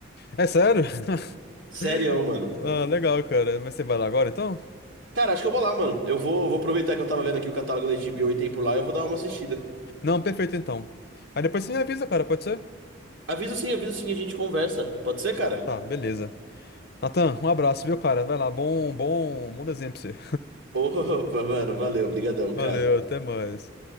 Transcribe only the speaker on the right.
Sério, mano.
Cara, acho que eu vou lá, mano. Eu vou, vou aproveitar que eu tava vendo aqui o catálogo da HBO e tem por lá, eu vou dar uma assistida.
Aviso sim, aviso sim, a gente conversa. Pode ser, cara?
<laughs> Opa, mano, valeu, brigadão,
cara.